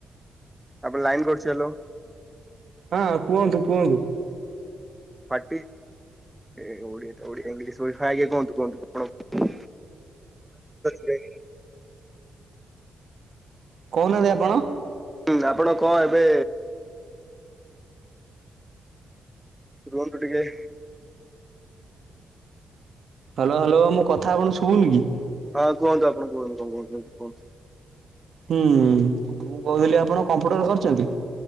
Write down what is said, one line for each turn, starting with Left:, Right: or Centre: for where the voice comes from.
Centre: ଆପଣ ଲାଇନ କଟୁଛି ହେଲୋ।
Right: ହଁ। କୁହନ୍ତୁ, କୁହନ୍ତୁ।
Centre: ପାଟି, ଏ ଓଡିଆଟା ଓଡିଆ ଇଂଲିଶ ପ ଆଜ୍ଞା କୁହନ୍ତୁ କୁହନ୍ତୁ କଣ? <unintelligible>
Right: କହୁନାହାନ୍ତି ଆପଣ?
Centre: ହୁଁ ଆପଣ କଣ ଏବେ ରୁହନନ୍ତୁ ଟିକେ।
Right: Hello hello. ମୋ କଥା ଆପଣଙ୍କୁ ଶୁଭୁନି କି?
Centre: ହଁ କୁହନ୍ତୁ, ଆପଣ କୁହନ୍ତୁ କଣ କହୁଚ କୁହନ୍ତୁ କୁହନ୍ତୁ।
Right: ହୁଁ, ମୁଁ କହିଲି ଆପଣ କମ୍ପ୍ୟୁଟର କରଚନ୍ତି?